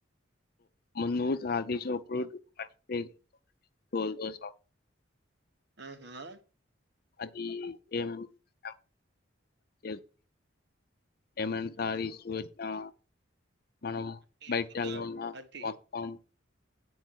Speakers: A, on the left; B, on the right.
A: మున్ను షాది షాప్ లో మ్ బోల్దోస
B: ఆహా
A: అదీ ఏం టం చె ఎమంటా
B: ఉమ్.
A: సాధించి వచ్చా మనం
B: అంటే
A: బైట్
B: ఇప్పుడు
A: డల్
B: దా
A: గున్న
B: అది
A: మొత్తం